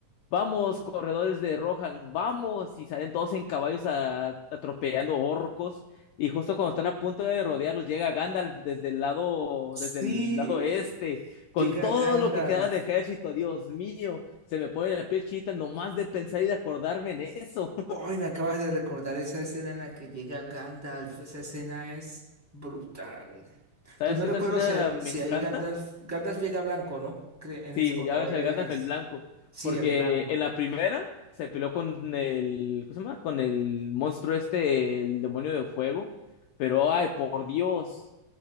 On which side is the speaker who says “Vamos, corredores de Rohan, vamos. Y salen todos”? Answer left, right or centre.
Left